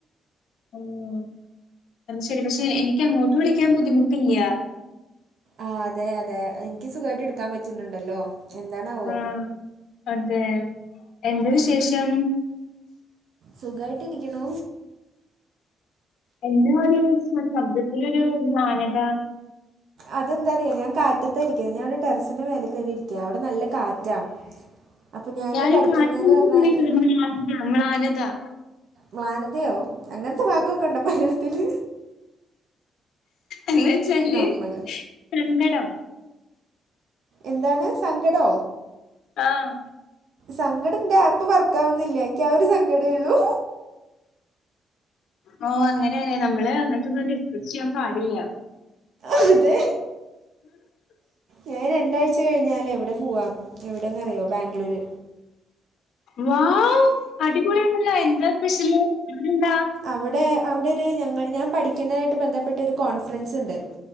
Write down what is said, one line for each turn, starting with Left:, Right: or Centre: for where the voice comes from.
Left: ഉം അത് ശരി പക്ഷെ എനിക്ക് അങ്ങോട്ട് വിളിക്കാൻ ബുദ്ധിമുട്ടില്ല
Right: ആ അതെ അതെ എനിക്ക് സുഖമായിട്ട് എടുക്കാൻ പറ്റുന്നുണ്ടല്ലോ എന്താണാവോ
Left: ആഹ അതെ എന്താ വിശേഷം
Right: സുഖായിട്ടിരിക്ണു
Left: എന്താ ഒരു ശബ്ദത്തിലൊരു മ്ലാനത
Right: അതെന്താറിയാ ഞാൻ കാറ്റത്താ രിക്കണത് ഞാനടെ ടെറസിന്റെ മേലെ കയറിയിരിക്ക്യാ അവിടെ നല്ല കാറ്റാ അപ്പോൾ ഞാൻ
Left: ഞാനി
Right: പഠിക്കുന്നതെന്ന്
Left: <unintelligible>
Right: പറഞ്ഞാൽ
Left: ആനതാ
Right: മ്ലാനതയോ അങ്ങനത്തെ വാക്കൊക്കെ ണ്ടോ മലയാളത്തില്
Left: എന്ന വച്ചാല്
Right: നമ്മൾ
Left: കങ്കടം
Right: എന്താണ് സങ്കടോ
Left: ആഹ്
Right: സങ്കട്ണ്ട് ആപ്പ് വർക്കാവുന്നില്ല എനിക്ക് ആ ഒരു സങ്കടേയൊള്ളൂ
Left: ഓ അങ്ങനെന്നെ നമ്മള് അങ്ങനത്തൊന്നും ഡിസ്കസ് ചെയ്യാൻ പാടില്ല
Right: അതെ ഞാൻ രണ്ടാഴ്ച ച്ച് കഴിഞ്ഞാല് എവിടെ പോവാം എവിടെയന്ന്റിയോ ബാംഗ്ലൂര്
Left: വാവ് അടിപൊളിയ ആണല്ലോ എന്താ സ്പെഷ്യല് അടെന്താ
Right: അവിടെ അവിടെയൊര് ഞങ്ങൾ ഞാൻ പഠിക്കുന്നതായിട്ട് ബന്ധപ്പെട്ട ഒരു കോൺഫറൻസ് ഉണ്ട്